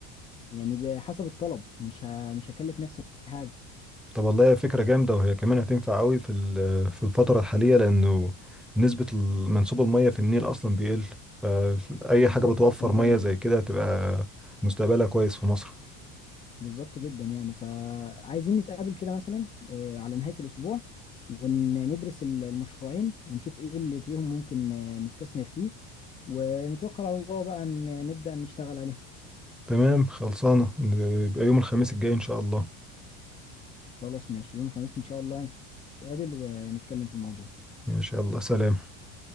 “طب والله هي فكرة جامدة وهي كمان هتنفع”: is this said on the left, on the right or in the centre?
Centre